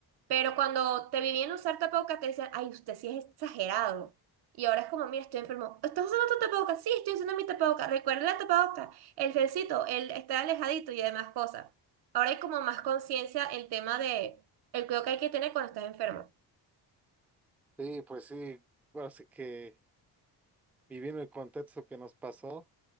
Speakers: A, on the right; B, in the centre.
A: Pero cuando te vivían usar tapabocas, te decían, ay, usted sí es exagerado. Y ahora es como, mira, estoy enfermo. ¿Estás usando tu tapabocas? Sí, estoy usando mi tapabocas. Recuerda la tapabocas, el gelcito, el estar alejadito y demás cosas. Ahora hay como más conciencia el tema de el cuidado que hay que tener cuando estás enfermo.
B: Sí, pues sí, bueno, así que viviendo el contexto que nos pasó,